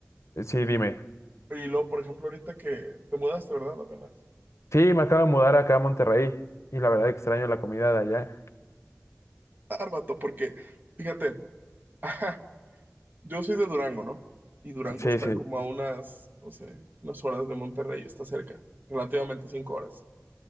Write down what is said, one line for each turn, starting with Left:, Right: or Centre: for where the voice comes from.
Left: sí, dime.
Right: y luego, por ejemplo, ahorita que te mudaste, ¿verdad? Apenas.
Left: Sí, me acabo de mudar acá a Monterrey, y la verdad extraño la comida de allá.
Right: árbato porque, fíjate, <laughs> ajá, yo soy de Durango, ¿no? Y Durango
Left: Sí,
Right: está
Left: sí,
Right: como a unas, no sé, unas horas de Monterrey, está cerca, relativamente cinco horas.